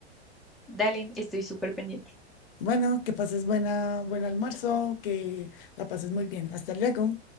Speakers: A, in the centre; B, on the left (about 55°).
A: Dale, estoy súper pendiente.
B: bueno, que pases buena, buen almuerzo, que la pases muy bien. Hasta luego.